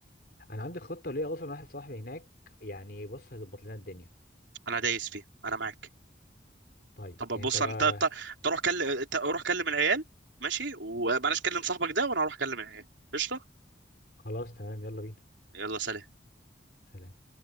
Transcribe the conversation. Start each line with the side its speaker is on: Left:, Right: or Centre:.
Left: انا عندي خطه ليا اصلا واحد صاحبي هناك يعني بص هيظبط لنا الدنيا
Right: انا دايس فيها انا معاك
Left: طيب
Right: طب
Left: يعني
Right: بص
Left: انت بقى
Right: انت انت انت روح كلم انت روح كلم العيال ماشي ومعلش كلم صاحبك ده وانا هروح اكلم العيال قشطه
Left: خلاص تمام يلا بينا
Right: يلا سلام
Left: سلام